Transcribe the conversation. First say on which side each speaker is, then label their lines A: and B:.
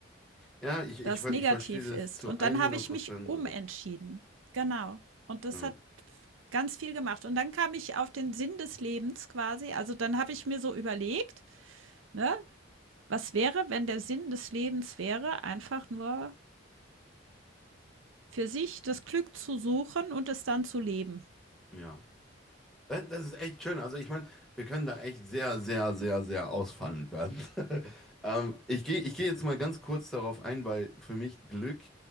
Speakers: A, in the centre; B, on the right.
A: ja ich, ich,
B: das
A: ver-
B: negativ
A: ich verstehe das
B: ist.
A: zu
B: Und
A: 100
B: dann habe ich
A: Prozent.
B: mich umentschieden. Genau. Und das
A: Ja.
B: hat ganz viel gemacht. Und dann kam ich auf den Sinn des Lebens quasi. Also dann habe ich mir so überlegt, ne, Was wäre, wenn der Sinn des Lebens wäre, einfach nur für sich das Glück zu suchen und es dann zu leben?
A: ja. Das das ist echt schön. Also ich meine, wir können da echt sehr, sehr, sehr, sehr ausfallend werden. <laughs> Ähm, ich gehe ich geh jetzt mal ganz kurz darauf ein, weil für mich Glück